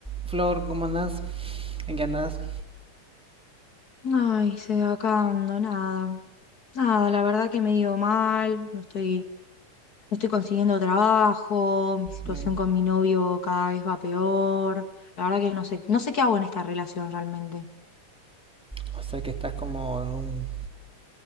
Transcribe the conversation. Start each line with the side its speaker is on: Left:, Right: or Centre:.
Centre: Flor, ¿cómo andás? ¿En qué andás?
Left: Ay, se va acabando, nada. Nada, la verdad que me dio mal, no estoy, no estoy consiguiendo trabajo, mi situación
Centre: Mm,
Left: con mi novio cada vez va peor. La verdad que no sé, no sé qué hago en esta relación realmente.
Centre: O sea que estás como en un